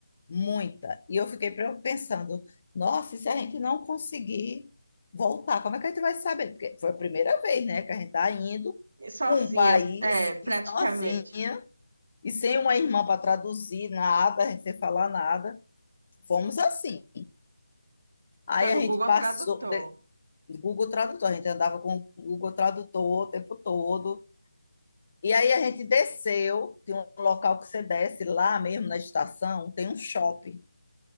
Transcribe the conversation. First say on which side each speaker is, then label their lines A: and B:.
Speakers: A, on the left (about 35°); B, on the right (about 55°).
A: muita. E eu fiquei pre- pensando, nossa, e se a gente não conseguir voltar, como é que a gente vai saber? Porque foi a primeira vez, né, que a gente tá indo
B: e sozinhas,
A: para um país
B: é, praticamente,
A: e sozinha e sem uma irmã para traduzir nada, a gente sem falar nada. Fomos assim. Aí
B: pelo
A: a gente
B: Google
A: passou,
B: Tradutor.
A: Google Tradutor, a gente andava com o Google Tradutor o tempo todo. E aí a gente desceu, tem um local que você desce lá mesmo na estação, tem um shopping,